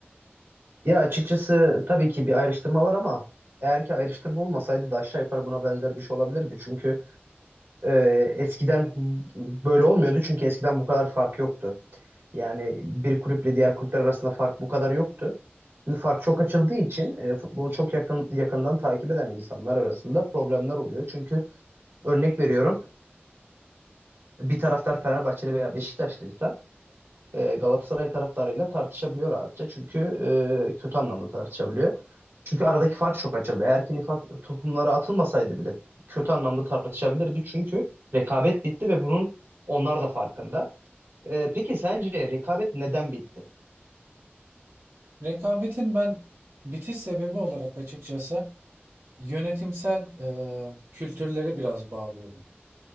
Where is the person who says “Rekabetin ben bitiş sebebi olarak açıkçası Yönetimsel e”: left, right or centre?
Right